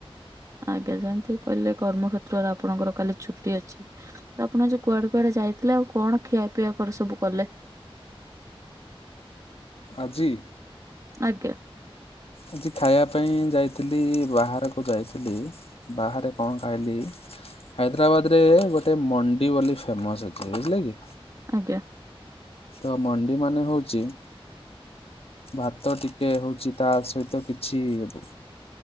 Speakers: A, on the right (about 35°); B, on the left (about 75°).
A: ଆଜ୍ଞା ଯେମିତି କହିଲେ କର୍ମକ୍ଷେତ୍ରରେ ଆପଣଙ୍କର କାଲି ଛୁଟି ଅଛି ତ ଆପଣ ଆଜି କୁଆଡେ କୁଆଡେ ଯାଇଥିଲେ ଆଉ କଣ ଖିଆପିଆ କରି ସବୁ କଲେ?
B: ଆଜି?
A: ଆଜ୍ଞା।
B: ଆଜି ଖାଇବା ପାଇଁ ଯାଇଥିଲି ବାହାରକୁ ଯାଇଥିଲି ବାହାରେ କଣ ଖାଇଲି ହାଇଦ୍ରାବାଦ୍ ରେ ଗୋଟେ ମଣ୍ଡି ବୋଲି ଫେମସ୍ ଅଛି ବୁଝିଲେ କି
A: ଆଜ୍ଞା।
B: ତ ମଣ୍ଡି ମାନେ ହଉଚି ଭାତ ଟିକେ ହଉଚି ତା ସହିତ କିଛି ଏବ